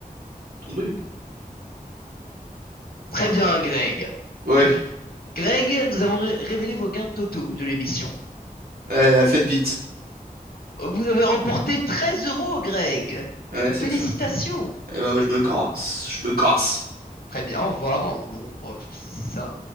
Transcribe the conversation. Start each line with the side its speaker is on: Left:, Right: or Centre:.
Right: tombé.
Left: Très bien, Greg.
Right: Ouais,
Left: Greg, nous avons ré- révélé vos gains totaux de l'émission.
Right: ouais, faites vite.
Left: Vous avez remporté 13 euros, Greg.
Right: Ouais, c'est
Left: Félicitations.
Right: ça. Eh ben, moi, je me casse. Je me casse.
Left: Très bien, au revoir. Bon, euh, c'est ça.